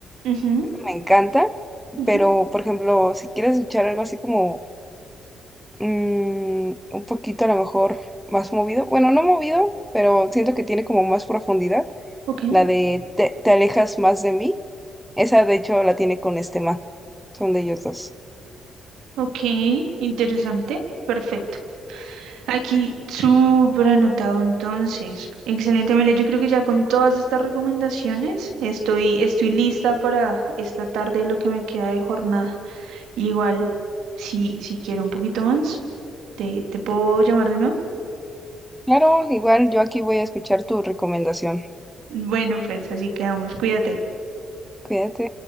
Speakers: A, on the right (about 85°); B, in the centre.
A: Ujú,
B: Esa me encanta.
A: ujú.
B: Pero, por ejemplo, si quieres escuchar algo así como mm, un poquito a lo mejor más movido, bueno, no movido, pero siento que tiene como más profundidad,
A: Ok,
B: la de Te, te alejas más de mí, esa de hecho la tiene con este man, son de ellos dos.
A: ok, interesante, perfecto. Aquí, súper anotado entonces. Excelente, Amelia. Yo creo que ya con todas estas recomendaciones estoy, estoy lista para esta tarde y lo que me queda de jornada. Igual, si, si quiero un poquito más, te, te puedo llamar de nuevo.
B: Claro, igual yo aquí voy a escuchar tu recomendación.
A: Bueno, pues así quedamos. Cuídate.
B: Cuídate.